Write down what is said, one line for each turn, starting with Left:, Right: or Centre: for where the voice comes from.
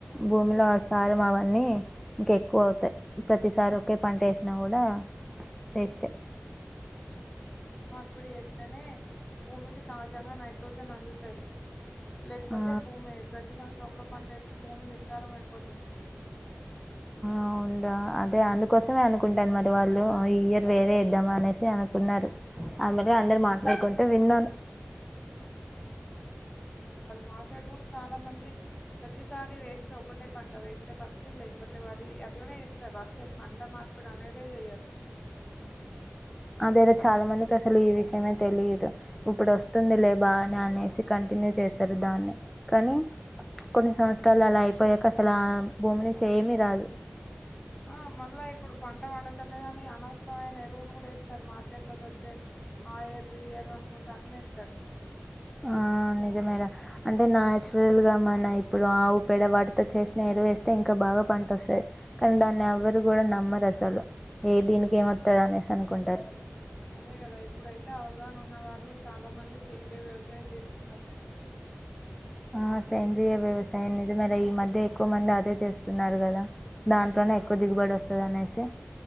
Centre: భూమిలో అ సారం అవన్నీ ఇంక ఎక్కువ అవుతాయి ప్రతిసారి
Left: ఆ,
Centre: ఒకే పంట యేసినా కూడా వేస్టే
Left: ఇప్పుడు చేస్తేనే భూమికి సహజంగా నైట్రోజన్ అందుతది లేకపోతే
Centre: ఆ
Left: భూమి ప్రతి సంవత్సరం ఒక్క పంట వేస్తే భూమి నిస్సారం అయిపోతయ్
Centre: ఆవు అదే అందుకోసమే అనుకుంటాను మరి వాళ్ళు ఈ ఇయర్ వేరే ఎద్దాం అనేసి అనుకున్నారు అమిరె అందరు మాట్లాడుకుంటే విన్నాను
Left: మాసైడు కూడా చాలా మంది ప్రతిసారి వేస్తే ఒకటే పంట వేస్తే పత్తి లేకపోతే వరి అట్లనే ఎస్తరు అస్స పంట మార్పుడి అనేదే చెయ్యరు
Centre: వేరే చాలా మందికి అసలు ఈ విషయమే తెలిదు ఇప్పుడు వస్తుంది లే బానే అనేసి కంటిన్యూ చే చేస్తారు దాన్నే కానీ కొన్ని సంవత్సరాలు అలా అయిపోయాక అసలు ఆ భూమి నుంచి ఏమి రాదు
Left: ఆ మళ్ళా ఇప్పుడు పంట పండుతలేదని అనవసరమైన ఎరువులు కూడా ఎస్తరు మార్కెట్లో దొరికే ఆ ఎర్రి ఈ ఎరువు అనుకుంట అన్నీ ఏస్తారు
Centre: ఆ నిజమే రా అంటే నాచురల్ గా మన ఇప్పుడు ఆవు పేడ వాటితో చేసిన వేస్తే ఇంకా బాగా పంట వస్తది కానీ దాన్ని ఎవరు కూడా నమ్మరు అసలు ఏ దీనికేం వత్త అనేసి అనుకుంటారు
Left: అదే కదా ఇప్పుడైతే అవగాహన ఉన్న వాళ్ళు చాలా మంది సేంద్రీయ వ్యవసాయం చేస్తున్నారు
Centre: ఆ సేంద్ర్రియ వ్యవసాయం నిజమే రా ఈ మధ్య ఎక్కువ మంది అదే చేస్తున్నారు కదా దాంట్లోనే
Left: ఆ
Centre: ఎక్కువ దిగుబడి వస్తది అనేసి